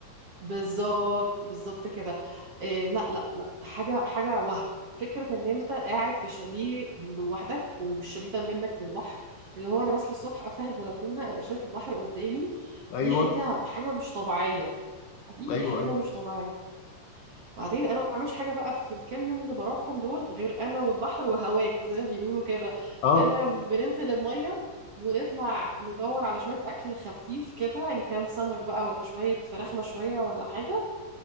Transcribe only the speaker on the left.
ايوه
ايوه
ايوه
اه